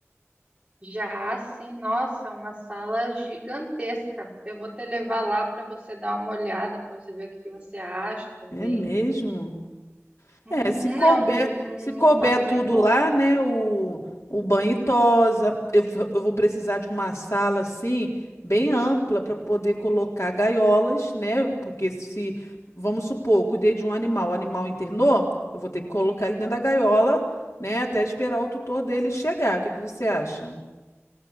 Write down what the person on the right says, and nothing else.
Já assim, nossa, uma sala gigantesca. Eu vou te levar lá para você dar uma olhada, para você ver o que que você acha também.
Uhum,
é um, lu- um
espaço
bem bom.